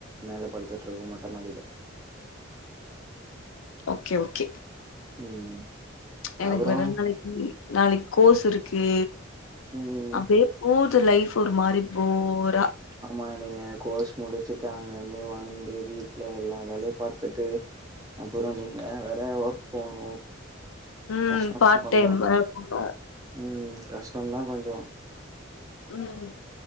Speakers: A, on the right; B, on the left.
A: மேலப் படுத்துட்ருகும் மொட்ட மாடிலே
B: ஓகே ஓகே
A: ம்
B: எனக்கு
A: அப்புறோ
B: வெறண் நாளைக்கி நாளைக் கோஷூருக்கு
A: ம்
B: அப்பேப் பூது லைஃப் ஒரு மாரி போரா
A: ஆமா நீங்க கோர்ஸ் முடிச்சுட்டு அங்கந்து வந்து வந்து வீட்ல எல்லா வேலையப் பாத்துட்டு அப்புறோ நீங்க வேற ஒர்க் போணு
B: ம்
A: கஷ்டோந்தா
B: பார்ட்
A: கொஞ்சோ
B: டைம் வேறப் போனு
A: ம் கஷ்டந்தா கொஞ்சோ
B: ம்